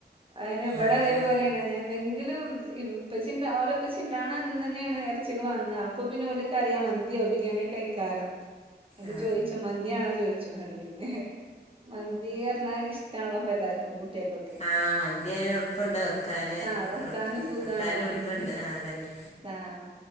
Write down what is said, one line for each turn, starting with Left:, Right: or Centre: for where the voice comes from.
Right: അയന്നെ ബടതെ
Left: അങ്ങനെ
Right: പോലെ എന്തെങ്കിലും ഇപ്പച്ചിണ്ടാ ഓലപ്പച്ചി ണ്ടാവ്ണന്നന്നേണ് എർച്ചിക്ക വാങ്ആ. ‌ അപ്പൊ പിന്നെ ഓല്ക്കറിയാം മന്തിയോ ബിരിയാണിക്കയ്കാരം. ന്ന്ട്ട്
Left: ആ
Right: ചോയ്ച്ചും മന്തിയാണോ ചോയ്ച്ചും ന്ന്ട്ട് പിന്നെ മന്തി ഇഷ്ട്ടാണള്ളൊ പ്പഎല്ലാർക്കും കുട്ട്യേക്ക്
Left: ആഹ് മന്തിആയ യൾപ്പണ്ട് വെക്കാന്
Right: ആഹ് വെക്കാനും സുഖാണ്
Left: വെക്കാന് യൾപ്പണ്ട്
Right: പിന്നെ
Left: ആഹ് അതന്നെ.
Right: ആഹ്,